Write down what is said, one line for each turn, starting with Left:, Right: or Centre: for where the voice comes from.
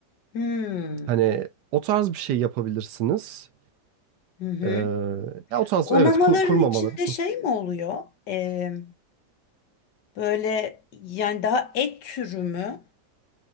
Left: Hmm,
Right: Hani o tarz bir şey yapabilirsiniz.
Left: hı hı.
Right: Ee, ya o tarz
Left: O
Right: evet
Left: mamaların
Right: kur, kurmamaları.
Left: içinde şey mi oluyor? Ee, böyle yani daha et türü mü?